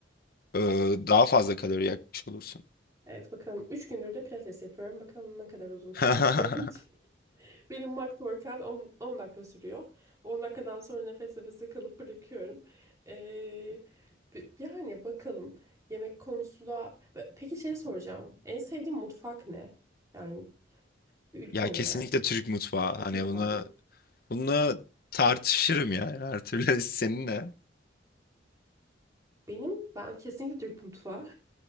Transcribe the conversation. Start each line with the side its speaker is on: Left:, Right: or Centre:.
Left: e, daha fazla kalori yakmış olursun.
Right: Evet bakalım. Üç gündür de pilates yapıyorum. Bakalım ne kadar uzun sürede.
Left: <laughs>
Right: <laughs> Benim mock workout on on dakika sürüyor. 10 dakikadan sonra nefes nefese kalıp bırakıyorum. Ee, bi- yani bakalım yemek konusu da... Pe- Peki şey soracağım. En sevdiğin mutfak ne? Yani ülke
Left: Ya
Right: olarak.
Left: kesinlikle Türk mutfağı. Hani
Right: Türk mutfağı
Left: buna
Right: mı?
Left: bununla tartışırım yani her türlü <laughs> seninle.
Right: Benim, ben kesinlikle Türk mutfağı.